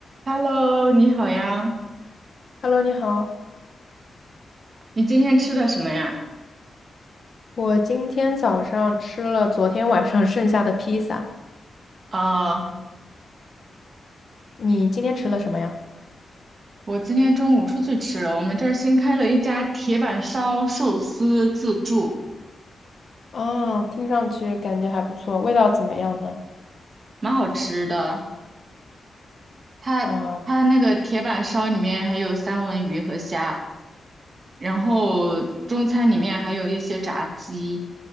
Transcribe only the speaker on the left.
Hello，你好，
我今天早上吃了昨天晚上 <laughs> 剩下的披萨，
你今天吃了什么呀？
啊，听上去感觉还不错，味道怎么样呢？
啊，